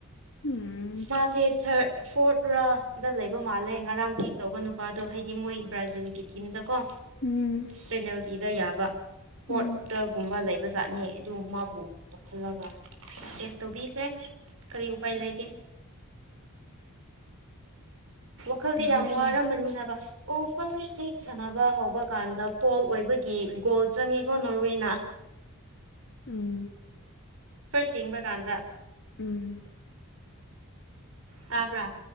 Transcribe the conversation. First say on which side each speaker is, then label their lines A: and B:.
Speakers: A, on the left; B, on the right.
A: ꯍꯝ
B: ꯃꯥꯁꯦ ꯊꯔꯗ ꯐꯣꯔꯠ ꯔ ꯗ ꯂꯩꯕ ꯃꯥꯜꯂꯦ ꯉꯔꯥꯡ ꯊꯦꯛ ꯇꯧꯕ ꯅꯨꯄꯥꯗꯣ ꯍꯥꯏꯗꯤ ꯃꯣꯏ ꯕ꯭ꯔꯥꯖꯤꯜꯒꯤ ꯇꯝꯗ ꯀꯣ
A: ꯎꯝ
B: ꯄꯦꯅꯦꯜꯇꯤꯗ ꯌꯥꯕ ꯐꯣꯔꯠꯇꯒꯨꯝꯕ
A: ꯎꯝ
B: ꯂꯩꯕ ꯕꯖꯥꯠꯅꯦ ꯑꯗꯨ ꯃꯥꯕꯨ ꯇꯣꯛꯍꯜꯂꯒ ꯆꯦꯐ ꯇꯧꯕꯤꯈ꯭ꯔꯦ ꯀꯔꯤ ꯎꯄꯥꯏ ꯂꯩꯒꯦ ꯋꯈꯜꯗꯤ
A: ꯎꯄꯥꯏ
B: ꯌꯥꯝ
A: ꯂꯩꯇꯦ
B: ꯋꯥꯔꯝꯃꯅꯤ ꯍꯥꯏꯕ ꯑꯣ ꯐꯔꯁ ꯍꯦꯛ ꯁꯥꯟꯅꯕ ꯍꯧꯕ ꯀꯥꯟꯗ ꯐꯣꯜ ꯑꯣꯏꯕꯒꯤ ꯒꯣꯜ ꯆꯪꯉꯤꯀꯣ ꯅꯣꯔ꯭ꯋꯦꯅ
A: ꯎꯝ
B: ꯐꯔꯁ ꯌꯦꯡꯕ ꯀꯥꯟꯗ
A: ꯎꯝ
B: ꯇꯥꯕ꯭ꯔꯥ